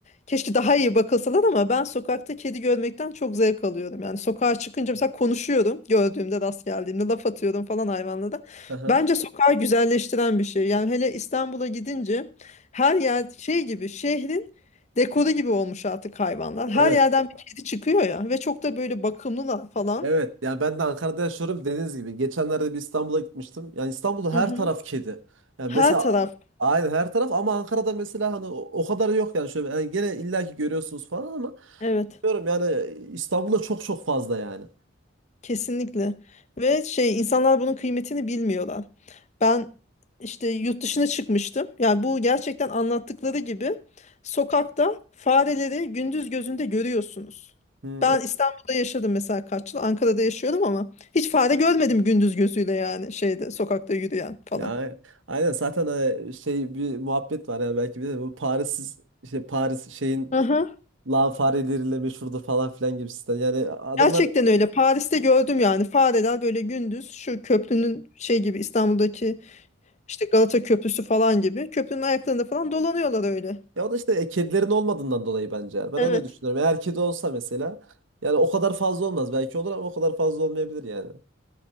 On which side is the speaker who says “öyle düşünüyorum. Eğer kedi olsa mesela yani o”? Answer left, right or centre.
Right